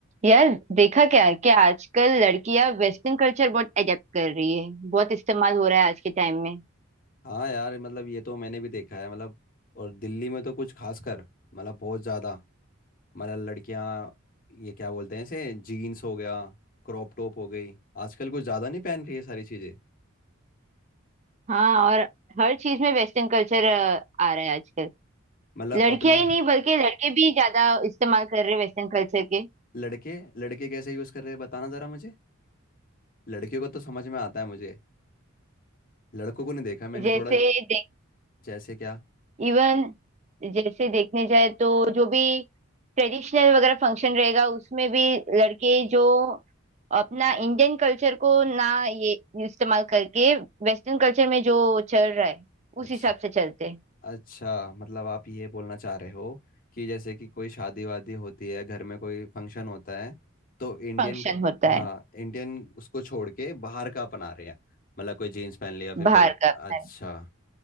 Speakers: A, on the right; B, on the left.
A: यार देखा क्या है कि आजकल लड़कियां वेस्टर्न कल्चर बहुत एडेप्ट कर रही है बहुत इस्तेमाल हो रहा है आज के टाइम में
B: हाँ यार मतलब ये तो मैंने भी देखा है मतलब और दिल्ली में तो कुछ खासकर मतलब बहुत ज़्यादा मतलब लड़कियां ये क्या बोलते हैं इसे जीन्स हो गया क्रॉप टॉप हो गई आजकल कुछ ज़्यादा नहीं पहन रही है सारी चीज़ें
A: हाँ और हर चीज में वेस्टर्न कल्चर आ रहा है आजकल
B: मतलब
A: लड़कियां
B: अपन
A: ही नहीं बल्कि लड़के भी ज्यादा इस्तेमाल कर रहे हैं वेस्टर्न कल्चर के
B: लड़के लड़के कैसे यूज़ कर रहे हैं बताना ज़रा मुझे लड़कियों को तो समझ में आता है मुझे लड़कों को नहीं देखा मैंने
A: जैसे
B: थोड़ा
A: देख
B: जैसे क्या
A: इवन जैसे देखने जाए तो जो भी ट्रेडिशनल वगैरह फंक्शन रहेगा उसमें भी लड़के जो अपना इंडियन कल्चर को ना ये इस्तेमाल करके वेस्टर्न कल्चर में जो चल रहा है
B: अच्छा
A: उस हिसाब से चलते हैं
B: अच्छा मतलब आप ये बोलना चाह रहे हो कि जैसे कि कोई शादी वादी होती है घर में कोई फंक्शन होता है तो इंडियन
A: फंक्शन
B: क-
A: होता
B: हाँ
A: है
B: इंडियन उसको छोड़ के बाहर का अपना रहे हैं मतलब कोई जीन्स पहन लिया फिर
A: बाहर
B: कोई
A: का अपना
B: अच्छा
A: है।